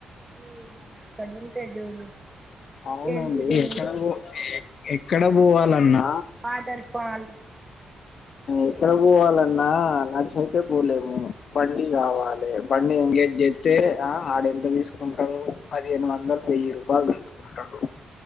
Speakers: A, on the right; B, on the left.
A: ఈ మన అక్కడ ఉంటది చూడు ఇంకేంటిది
B: అవునండి. ఎక్కడ ఎక్కడ పోవాలన్నా
A: వాటర్ ఫాల్
B: ఎక్కడికి పోవాలన్నా నడిసి ఆయితే పోలేము. బండి కావాలి బండి ఎంగేజ్ చేత్తే ఆ ఆడ ఎంత తీసుకుంటాడో పదిహేను వందలు వెయ్యి రూపాయలు తీసు కుంటాడు.